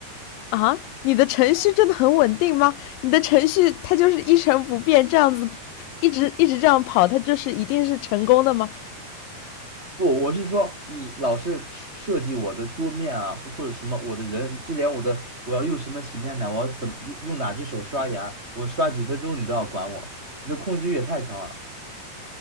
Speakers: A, on the left; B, on the right.
A: 啊，你的程序真的很稳定吗？你的程序它就是一成不变这样子，一直一直这样跑，它就是一定是成功的吗？
B: 不，我是说你老是设设计我的桌面啊，或或者什么我的人，就连我的我要用什么洗面奶，我要怎么用用哪只手刷牙，我刷几分钟你都要管我，你的控制欲也太强了。